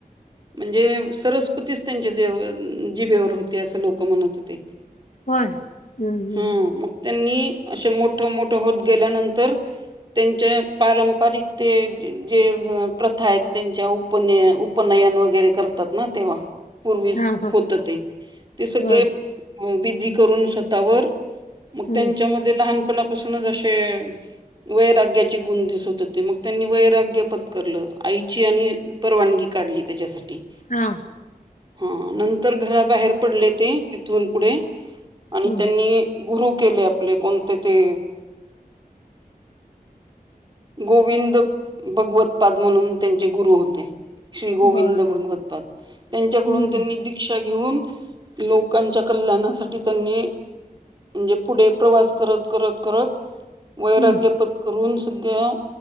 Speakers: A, on the right; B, on the left.
A: म्हणजे सरस्वतीच त्यांच्या दे जीभेवर होती असं लोक क म्हणत होती
B: होय हम्म हम्म
A: ह
B: हम्म.
A: मग. त्यांनी असे मोठ-मोठं होत गेल्यानंतर. त्यांच्या पारंपरिक ते जे प्रथा आहेत त्यांच्या उपन उपनयन वगैरे करतात ना तेव्हा पूर्वीस
B: हा हा
A: होत ते. ते सगळे
B: बर
A: विधी करून स्वतःवर मग
B: हम्म
A: त्यांच्या म ते लहानपणापासूनच असे वैराग्याचे गुण दिसत होते मग त्यांनी वैराग्य पत्करलं आईची आणि परवानगी काढली त्याच्यासाठी.
B: हा.
A: हा नंतर घराबाहेर पडले ते तिथून पुढे आणि
B: हम्म
A: त्यांनी गुरु केले आपले कोणते ते गोविंद भगवतपाद म्हणून त्यांचे गुरु होते. श्री गोविंद
B: बर
A: भगवतपाद,
B: बर
A: त्यांच्याकडून
B: हम्म
A: त्यांनी शिक्षा घेऊन लोकांच्या कल्याणासाठी त्यांनी म्हणजे पुढे प्रवास करत, करत, करत वैराग्यपद
B: हम्म हम्म.
A: करून सगळ्या.